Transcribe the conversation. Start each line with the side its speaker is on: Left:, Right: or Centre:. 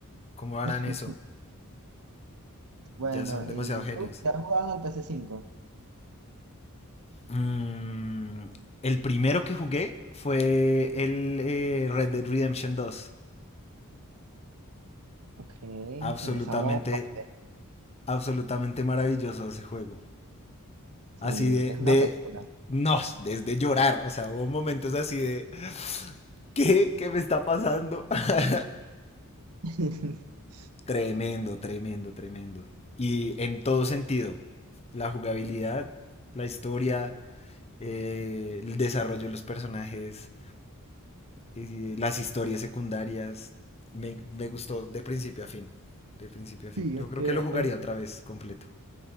Left: ¿Cómo harán
Right: <laughs>
Left: eso?
Right: Bueno,
Left: Ya son demasiado
Right: ¿y
Left: genios.
Right: tú? ¿Ya has jugado al P C cinco
Left: Mm, el primero que jugué fue el eh, Red Dead Redemption dos.
Right: Ok,
Left: Absolutamente,
Right: empezamos. fuerte.
Left: absolutamente maravilloso ese juego.
Right: Sí,
Left: así de,
Right: es
Left: de,
Right: una película.
Left: no, desde llorar, o sea, hubo momentos así de, ¿qué? ¿Qué me está pasando? <laughs>
Right: <laughs>
Left: Tremendo, tremendo, tremendo. Y en todo sentido, la jugabilidad, la historia, eh, el desarrollo de los personajes, eh, las historias secundarias, me, me gustó de principio a fin, de principio a fin.
Right: Sí,
Left: Yo
Right: es
Left: creo
Right: que
Left: que lo jugaría
Right: es,
Left: otra vez completo.